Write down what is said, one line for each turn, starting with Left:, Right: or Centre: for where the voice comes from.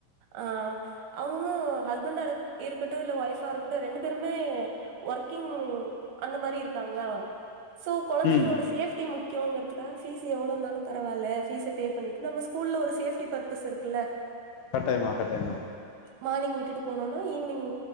Right: ஆஹ் அவுங்க ஹஸ்பண்ட இரு இருக்கட்டு, இல்ல ஒய்ஃபா இருக்கட்டு ரெண்டு பேருமே ஒர்க்கிங் அந்த மாரி இருக்காங்களா. சோ, குழந்தைங்களோட
Left: ம்
Right: சேஃப்டி முக். கங்க <unintelligible> இப்ப பீஸ் எவ்ளோனாலும் பரவால்ல. பீஸ் பே பண்ணிட்டு நம்ம ஸ்கூல்ல ஒரு சேஃப்டி பர்பஸ் இருக்குல்ல.
Left: கட்டாயமா, கட்டாயமா.
Right: மார்னிங் விட்டுட்டு போனோன்னா, ஈவினிங்